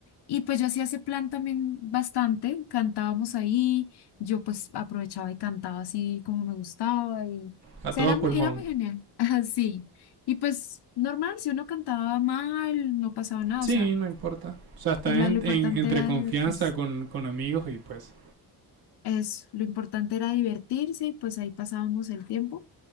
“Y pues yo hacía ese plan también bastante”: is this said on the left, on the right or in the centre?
Left